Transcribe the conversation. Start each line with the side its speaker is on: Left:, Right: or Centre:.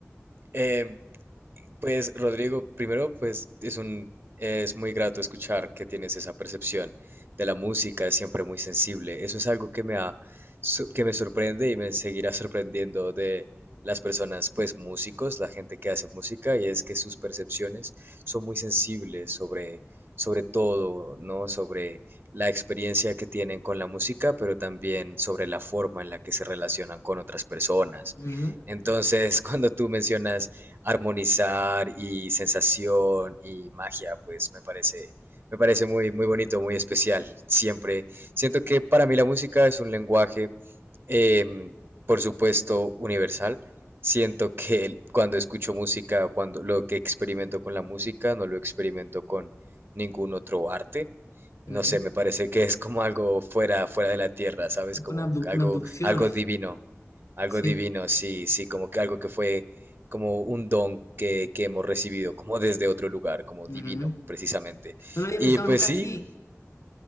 Right: Eh, Pues Rodrigo, primero pues es un es muy grato escuchar que tienes esa percepción de la música, es siempre muy sensible. Eso es algo que me ha so- que me sorprende y me seguirá sorprendiendo de las personas pues músicos, la gente que hace música y es que sus percepciones son muy sensibles sobre sobre todo, ¿no? Sobre la experiencia que tienen con la música, pero también sobre la forma en la que se relacionan con otras personas.
Left: Ujú,
Right: Entonces, <laughs> cuando tú mencionas armonizar y sensación y magia, pues me parece, me parece muy, muy bonito, muy especial. Siempre siento que para mí la música es un lenguaje, em, por supuesto, universal. Siento que cuando escucho música, cuando lo que experimento con la música, no lo experimento con ningún otro arte. No
Left: ujú.
Right: sé, me parece que es como algo fuera, fuera de la tierra, ¿sabes?
Left: Es
Right: Como
Left: con abdu-
Right: algo,
Left: una abducción
Right: algo
Left: así.
Right: divino, algo
Left: Sí.
Right: divino, sí, sí, como que algo que fue como un don que, que hemos recibido, como desde otro lugar, como
Left: ujú.
Right: divino, precisamente.
Left: No lo había
Right: Y
Left: pensado
Right: pues
Left: nunca
Right: sí,
Left: así.